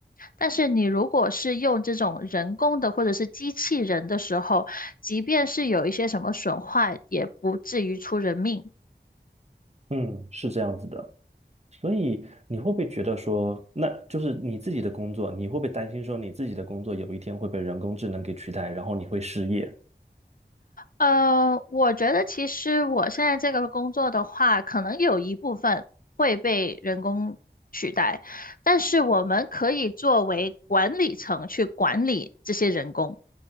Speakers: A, on the left; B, on the right.
A: 但是你如果是用这种人工的或者是机器人的时候，即便是有一些什么损坏，也不至于出人命。
B: 嗯，是这样子的。所以你会不会觉得说，那就是你自己的工作，你会不会担心说你自己的工作有一天会被人工智能给取代，然后你会失业？
A: 呃，我觉得其实我现在这个工作的话，可能有一部分会被人工取代，但是我们可以作为管理层去管理这些人工，